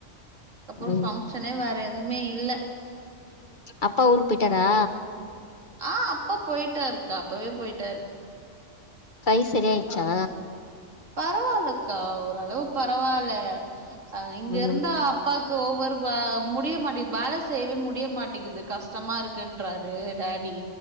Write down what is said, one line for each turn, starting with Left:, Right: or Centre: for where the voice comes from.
Right: அப்புறோ
Left: ம்
Right: பங்க்ஷனே வேற எதுவுமே இல்ல
Left: அப்பா ஊருக்கு போயிட்டாரா
Right: ஆ அப்பா போயிட்டாரு க்கா அப்பவே போயிட்டாரு
Left: கை செரியாயிச்சா
Right: பரவாயில்லக்கா ஓரளவு பரவாயில்ல அ இங்க
Left: ம்
Right: இருந்தா அப்பாக் க்கு ஓவர் வ முடிய மாட்டிகுது வேல செய்யவே முடிய மாட்டிகுது கஷ்டமா இருக்குன்றாரு டே டி